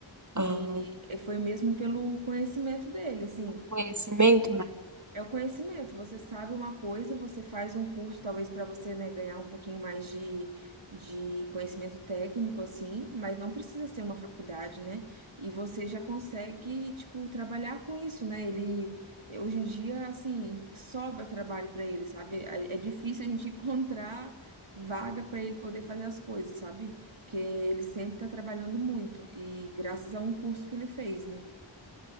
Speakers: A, on the right; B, on the right.
A: E
B: Ah,
A: foi mesmo pelo conhecimento dele, assim.
B: então, conhecimento
A: É o conhecimento. Você sabe uma coisa, você faz um curso, talvez para você, né, ganhar um pouquinho mais de, de conhecimento técnico, assim, mas não precisa ser uma faculdade, né? E você já consegue, tipo, trabalhar com isso, né? Ele, hoje em dia, assim, sobra trabalho para ele, sabe? É é difícil a gente <laughs> encontrar vaga para ele poder fazer as coisas, sabe? Porque ele sempre está trabalhando muito, e graças a um curso que ele fez, né?